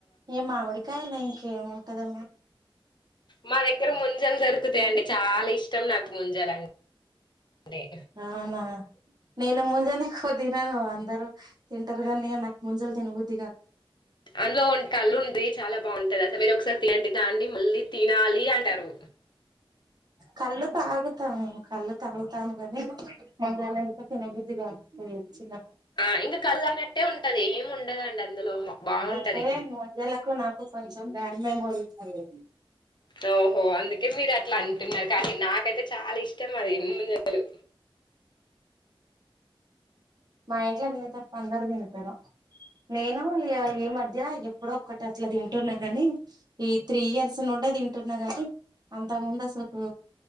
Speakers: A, on the right (about 45°); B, on the left (about 55°).
A: ఏ మామిడికాయాల ఏము ఉంటందమ్మా
B: మా దగ్గర ముంజలు దొరుకుతాయండి చాలా ఇష్ట ఇష్టం నాకు ముంజరండి అే
A: అవునా నేను ముంజలు ఎక్కువ తినను అందరూ తింటారు కానీ నాకు ముంజలు తినబద్దిగా
B: అందులో కళ్ళు ఉంది చాలా బాగుంటుది అస మీరు ఒకసారి తీయ దాన్ని మళ్ళీ తినాలి అంటారు
A: కళ్ళు తాగుతాము కళ్ళు తాగుతాము గగాని ఇకా చిన్న బద్ధగా చిన్న
B: ఆ ఇంకా కలు అనట్టే ఉంటది ఏమి ఉండదండి అందులో బాగుంటది
A: అంటే ముంజలకు నాకు కొంచెం బ్యాడ్ మెమోరీస్ అండది
B: ఓహో అందుకే మీరు అట్లా అంటున్నారు కానీ నాకైతే చాలా ఇష్టం అది ముందు హలో
A: మా ఇంట్లో నేను తప్ప అందరు తింటను నేను ఈ మధ్య ఎప్పుడో ఒక్కటి అట్లా తింటున్నా కాని ఈ త్రీ ఇయర్స్ నుండి తింటున్నా గాని అంతకు ముందు అసలుకు